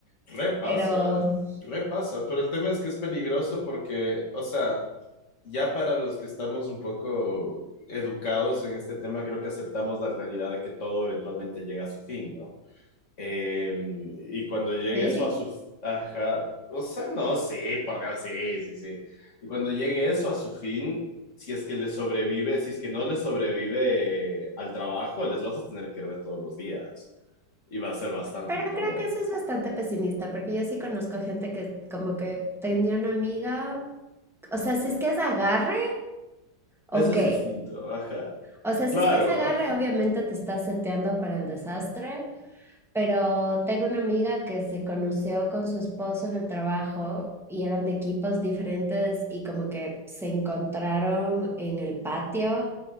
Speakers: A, on the left; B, in the centre.
A: repasa,
B: pero
A: repasa, pero el tema es que es peligroso porque, o sea... Ya para los que estamos un poco educados en este tema, creo que aceptamos la realidad de que todo eventualmente llega a su fin, ¿no? Eh, y cuando llegue
B: maybe.
A: eso a su... Ajá, o sea, no, sí, por Dios, sí, sí, sí. Y cuando llegue eso a su fin, si es que le sobrevive, si es que no le sobrevive al trabajo, les vas a tener que ver todos los días. Y va a ser bastante
B: Pero
A: incómodo.
B: creo que eso es bastante pesimista, porque yo sí conozco gente que como que tenía una amiga, o sea, si es que es agarre, ok.
A: Eso es distinto, ajá.
B: O sea, si
A: Claro.
B: es que es agarre, obviamente te estás seteando para el desastre, pero tengo una amiga que se conoció con su esposo en el trabajo y eran de equipos diferentes y como que se encontraron en el patio